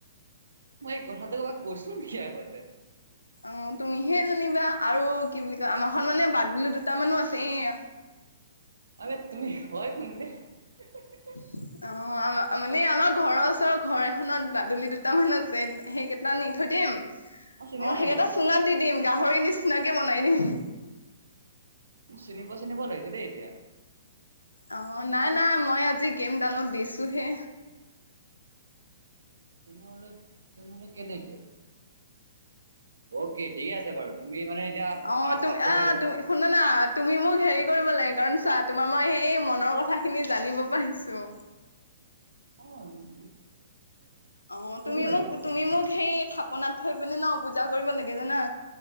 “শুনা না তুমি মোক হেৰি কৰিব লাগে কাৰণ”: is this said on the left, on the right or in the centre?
Left